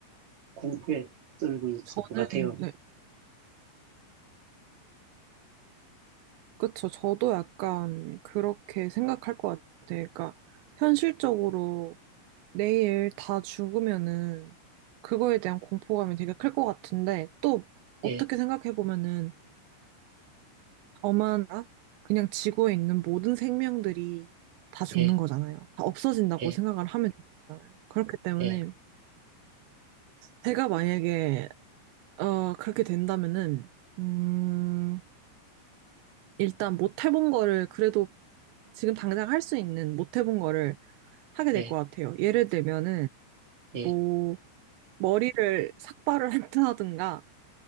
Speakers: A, on the right; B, on the right.
A: 공포에 떨고 있을
B: 저는,
A: 것 같아요.
B: 네. 그쵸. 저도 약간 그렇게 생각할 것 같아요. 그러니까, 현실적으로 내일 다 죽으면은 그거에 대한 공포감이 되게 클 것 같은데, 또 어떻게
A: 예,
B: 생각해보면은 엄하나 그냥 지구에 있는 모든 생명들이 다 죽는
A: 예,
B: 거잖아요. 다 없어진다고
A: 예,
B: 생각을 하면 되잖아요. 그렇기 때문에
A: 예,
B: 제가 만약에 어 그렇게 된다면은 음 일단 못 해본 거를 그래도 지금 당장 할 수 있는 못 해본 거를 하게 될
A: 예,
B: 것 같아요. 예를 들면은
A: 예.
B: 뭐 머리를 삭발을 <laughs> 한다든가